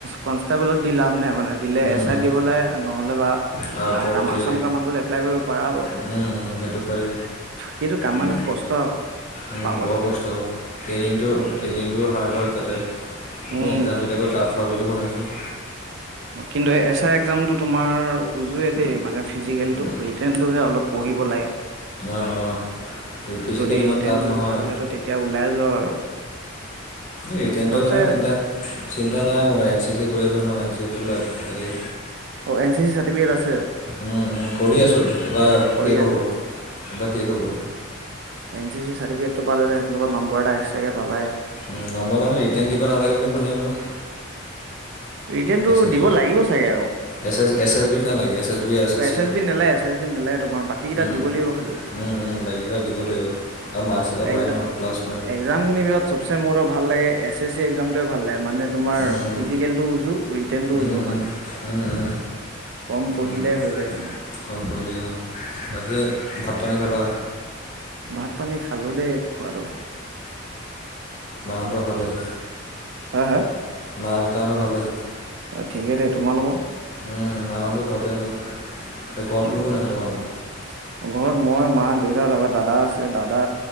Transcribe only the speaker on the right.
কনষ্টেবলত দি লাভ নাই মানে দিলে
এছ আইত
দিব লাগে, নহ'লে বা
কাম
আছাম কামাণ্ডোত এপ্লাই কৰিব পৰিব,
কিন্তু কামাণ্ডোত
কষ্ট
পাবলে
উম
উম
কিন্তু, এচ আই এক্সামটো তোমাৰ <unintelligible> দেই মানে ফিজিকেলটো,
ৰিট্ৰেণটোহে অলপ পঢ়িব লাগে।
যদি ৰিট্ৰেনটো
ভাল হয়, ত' তেতিয়া ওলাই যোৱা আৰু।
চবচে
অ', এন চি চি চাৰ্টিফিকেট আছে?
কৰি
আছা
এ চি চি চাটিফিকেটো পালে, তেওঁলোকৰ নাম্বৰ এটা এক্সট্ৰাকে পাবায়েই।
ৰিট্ৰেণটো
দিব
লাগিব চাগে আৰু?
এছ
এছ বি নালাগে, এছ এছ বি নালাগে। তোমাৰ, বাকী কেইটা
দিব লাগিব খালি।
এক্সাম-এক্সামখিনিৰ
ভিতৰত চবচে মোৰ ভাল লাগে, এছ এছ চি এক্সামটোৱে ভাল লাগে। মানে তোমাৰ,
ফিজিকেলটো উজু ৰিট্ৰেৰ্টো
উজু মানে,
কম পঢ়িলেই
হৈ যায় মানে।
ভাত-পানী খালো দেই খোৱাটো।
হা? হা?
ঠিকে দে তোমালোকৰ।
উম,
ঘৰত মই, মা, দেউতা তাৰপৰা দাদ দাদা আছে, দাদা